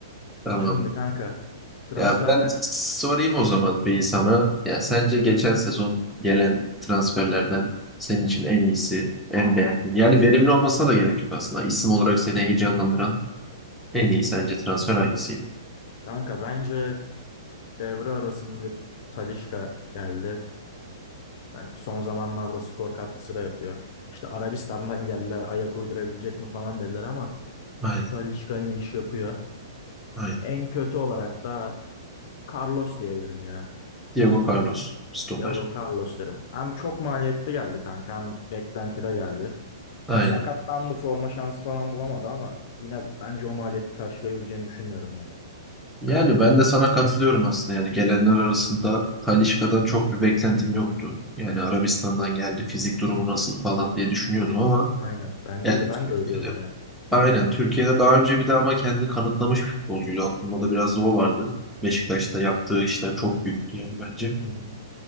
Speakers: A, in the centre; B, on the left.
A: Tamam.
B: Şimdi kanka transferden
A: Ya ben sorayım o zaman bir sana. Ya sence geçen sezon gelen transferlerden senin için en iyisi, en beğendiğin. Yani verimli olmasına da gerek yok aslında. İsim olarak seni heyecanlandıran en iyi sence transfer hangisiydi?
B: kanka bence devre arasında Talisca geldi. Ben son zamanlarda skor katkısı da yapıyor. İşte Arabistan'dan geldiler ayak uydurabilecek mi falan dediler ama
A: Aynen,
B: Talisca yine iş yapıyor.
A: aynen.
B: En kötü olarak da Carlos diyebilirim ya.
A: Diego Carlos, stoper.
B: Diego Carlos derim. Hem çok maliyetli geldi kanka hem beklentide geldi.
A: Aynen.
B: Sakatlandı forma şansı falan bulamadı ama yine bence o maliyeti karşılayabileceğini düşünmüyorum ben.
A: Yani ben de sana katılıyorum aslında. Yani gelenler arasında Talisca'dan çok bir beklentim yoktu. Yani Arabistan'dan geldi, fizik durumu nasıl falan diye düşünüyordum ama
B: Aynen. Bence
A: yani
B: de ben
A: Türkiye'de
B: de öyle diyordum ya.
A: Aynen. Türkiye'de daha önce bir de ama kendini kanıtlamış bir futbolcuydu. Aklımda da biraz o vardı. Beşiktaş'ta yaptığı işler çok büyüktü yani bence.
B: Hı hı.